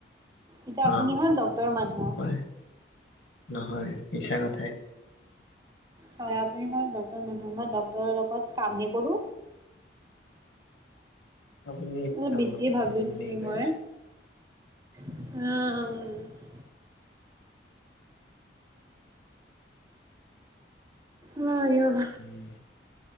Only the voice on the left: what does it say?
অ
হয় নহয় মিছা কথাই
আপুনি একো
কাম
নকৰে
আপুনি এনে
কৈ
উম,